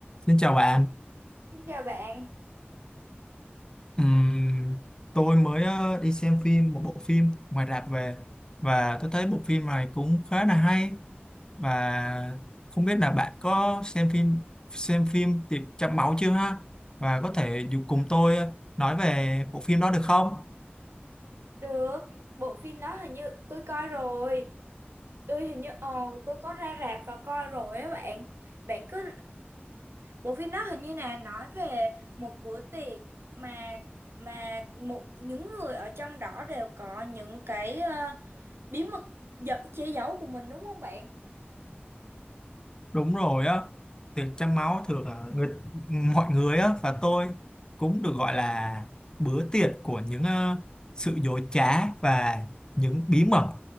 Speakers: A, on the left; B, on the right.
A: Xin chào bạn.
B: Xin chào bạn.
A: Ừm, tôi mới ờ, đi xem phim một bộ phim ngoài rạp về và tôi thấy bộ phim này cũng khá là hay và không biết là bạn có xem phim xem phim Tiệc Trăng Máu chưa ha? Và có thể dù cùng tôi ờ, nói về bộ phim đó được không?
B: Được, bộ phim đó hình như tôi coi rồi. Tôi hình như ờ tôi có ra rạp và coi rồi á bạn. Bạn cứ bộ phim đó hình như là nói về một bữa tiệc mà mà một những người ở trong đó đều có những cái ờ, bí mật giật che giấu của mình đúng không bạn?
A: Đúng rồi á, tiệc trăng máu thường là người mọi người á và tôi cũng được gọi là bữa tiệc của những ờ, sự dối trá và những bí mật